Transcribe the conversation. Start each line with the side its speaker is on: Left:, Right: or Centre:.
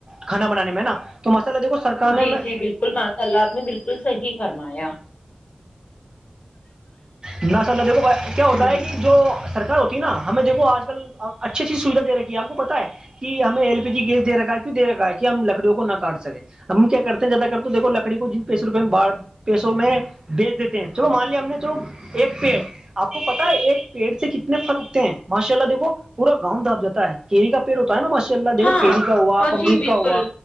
Right: کانا بنانے میں نا تو مسالا دیکو- کھانے
Left: جی
Right: میں-
Left: جی بالکل ماشاء اللہ آپ نے بالکل صحیح فرمایا
Right: ناسء اللہ دیکھو کیا ہوتا
Left: ہوں
Right: ہے کہ جو سرار ہوتی ہے نا ہمیں دیکھو- اج کل اچھی- اچھی صورت دے رکھی ہے اپ کو پتہ ہے- کہ ہمیں ایل پی جی گیس دے رکھا ہے کیوں دے رکھا ہے کہ ہم لکڑیوں کو نہ کاٹ سکے- ہم کیا کرتے ہیں زیادہ کر تویکو لکڑی کو جن پیسے روپئے میں بڑھ- پیسوں میں بیج دیتے ہیں چلو مان لیا ہم نے چلو- ایک پیڑ آپ کو پتا ہے ایک پیڑ سے کتنے پھل اگتے ہیں ماشاء اللہ دیکھ پورا گاؤں داپ جا ہے کیری کا پیڑ ہوتا ہے نا ماشاء اللہ دیکھو
Left: ہاں
Right: کیری کا ہوا
Left: اور
Right: امرود
Left: جی بالکل
Right: کا ہوا